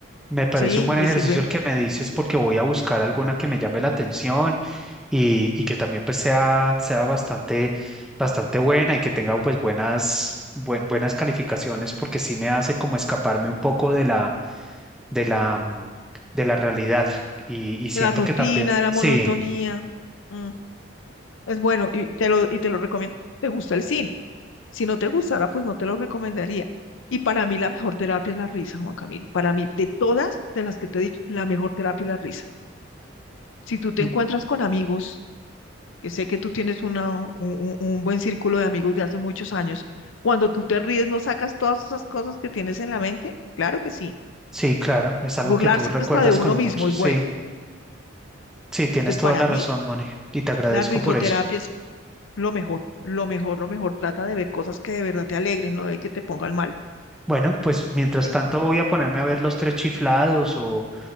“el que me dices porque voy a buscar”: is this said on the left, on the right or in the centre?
Centre